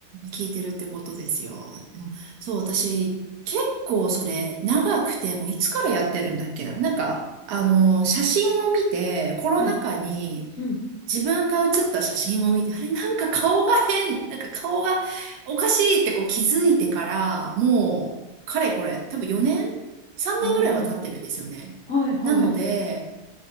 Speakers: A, on the right; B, on the left.
A: 聞いてるってことですよ。でもそう、私、結構それ、長くて、もういつからやってるんだっけな。なんか、あの、写真を見て、コロナ禍に、
B: はい。うん。
A: 自分が写った写真を見て、あれなんか顔が変、なんか顔がおかしいってこう気づいてから、もう、かれこれ、多分4年 ?3
B: おお、
A: 年ぐらいは経ってるんですよね。
B: はいはい。
A: なので、